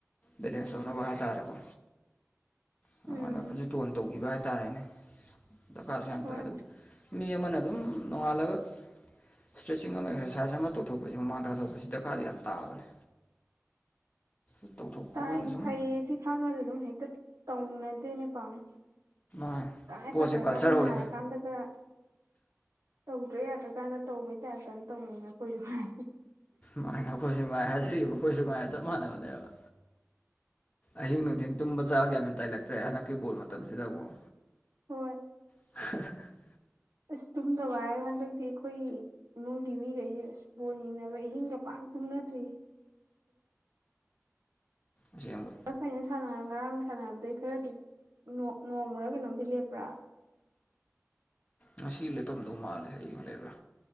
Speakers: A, on the left; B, on the right.
A: ꯕꯦꯂꯦꯟꯁ ꯇꯧꯅꯕ ꯍꯥꯏꯇꯥꯔꯦꯀꯣ ꯑꯗꯨꯃꯥꯏꯅ
B: ꯎꯝ
A: ꯈꯖꯤꯛ ꯇꯣꯟ ꯇꯧꯕꯤꯕ ꯍꯥꯏꯇꯥꯔꯦꯅꯦ ꯗꯔꯀꯥꯔꯁꯦ ꯌꯥꯝ
B: ꯍꯣꯏ
A: ꯇꯥꯏ ꯑꯗꯨ ꯃꯤ ꯑꯃꯅ ꯑꯗꯨꯝ ꯅꯣꯡꯉꯥꯜꯂꯒ ꯁꯇ꯭ꯔꯦꯠꯆꯤꯡ ꯑꯃ ꯑꯦꯛꯁꯔꯁꯥꯏꯁ ꯑꯃ ꯇꯧꯊꯣꯛꯄꯁꯤ ꯍꯨꯃꯥꯡ ꯇꯥꯊꯣꯛꯄꯁꯤ ꯗꯔꯀꯥꯔꯗꯤ ꯌꯥꯝ ꯇꯥꯕꯅꯤ ꯇꯧꯊꯣꯛꯄ
B: ꯇꯥꯏ
A: ꯑꯩꯈꯣꯏꯅ ꯁꯨꯝ
B: ꯐꯩꯌꯦ ꯗꯤ ꯈꯪꯉꯁꯨ ꯑꯗꯨꯝ ꯍꯦꯛꯇ ꯇꯧꯅꯗꯦꯅꯦ ꯄꯥꯛꯅ
A: ꯃꯉꯥꯏ
B: ꯇꯉꯥꯏ
A: ꯄꯣꯠꯁꯤ
B: ꯐꯗ꯭ꯔꯀꯥꯟ
A: ꯀꯜꯆꯔ ꯑꯣꯏꯅ
B: ꯅꯥꯔꯀꯥꯟꯗꯒ ꯇꯧꯗ꯭ꯔꯥ ꯌꯥꯗ꯭ꯔꯀꯥꯟꯗ ꯇꯧꯕꯩ ꯇꯥꯏꯞꯇ ꯇꯧꯅꯩꯩꯅꯦ ꯑꯩꯈꯣꯏꯁꯨ ꯉꯥꯏꯔꯦ
A: ꯃꯥꯅꯦ ꯑꯈꯣꯏꯁꯨ ꯉꯥꯏ ꯍꯥꯏꯖꯔꯤꯕ ꯑꯈꯣꯏꯁꯨ ꯉꯥꯏꯔ ꯆꯞ ꯃꯥꯟꯅꯕꯅꯦꯕ ꯑꯍꯤꯡ ꯅꯨꯡꯊꯤꯟ ꯇꯨꯝꯕ ꯆꯥꯛ ꯒ꯭ꯌꯥꯟꯃꯦꯟ ꯇꯥꯖꯤꯜꯂꯛꯇ꯭ꯔꯦ ꯍꯟꯗꯛꯀꯤ ꯕꯣꯜ ꯃꯇꯝꯁꯤꯗ ꯑꯃꯨꯛ
B: ꯍꯣꯏ
A: <unintelligible>
B: ꯑꯁ ꯇꯨꯝꯗꯕ ꯍꯥꯏꯔ ꯍꯟꯗꯛꯇꯤ ꯑꯩꯈꯣꯏ ꯏꯃꯨꯡꯒꯤ ꯃꯤꯒꯩꯁꯦ ꯑꯁ ꯕꯣꯜ ꯌꯦꯡꯅꯕ ꯑꯍꯤꯡꯒ ꯄꯥꯛ ꯇꯨꯝꯅꯗ꯭ꯔꯦ
A: ꯑꯁꯦꯡꯕ
B: <unintelligible> ꯁꯥꯟꯅꯔ ꯉꯔꯥꯡ ꯁꯥꯟꯅꯕꯗꯩ ꯈꯔꯗꯤ ꯅꯣ ꯅꯣꯡꯃꯔꯥ ꯀꯩꯅꯣꯝꯗꯤ ꯂꯦꯞꯄ꯭ꯔꯥ
A: ꯉꯁꯤ ꯂꯦꯄꯝꯗꯧ ꯃꯥꯜꯂꯦ ꯍꯌꯦꯡ ꯂꯩꯕ꯭ꯔꯥ